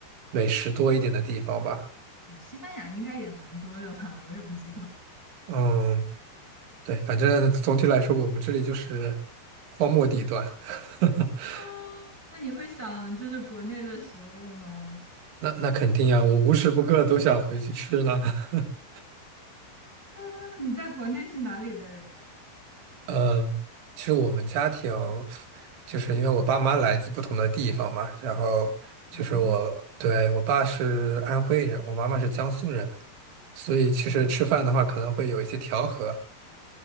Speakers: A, on the right; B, in the centre.
A: 美食多一点的地方吧。
B: 西班牙应该也蛮多的吧，我也不知道。
A: 嗯，对，反正总体来说我们这里就是荒漠地段，<laughs>
B: 啊，那你会想就是国内的食物吗？
A: 那那肯定呀，我无时不刻都想回去吃呢。<laughs>
B: 啊，你在国内是哪里的人啊？
A: 嗯，其实我们家庭就是因为我爸妈来自不同的地方嘛，然后就是我，
B: 啊，
A: 对，我爸是安徽人，我妈妈是江苏人，所以其实吃饭的话可能会有一些调和，
B: 哦，